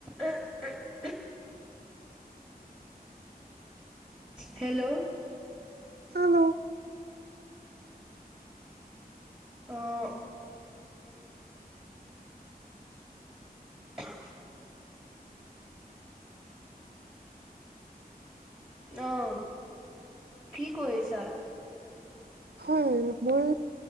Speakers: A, in the centre; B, on the right.
A: উ উ hello
B: hello
A: অ' <inaudible> অহ কি কৰিছা?
B: হয় মই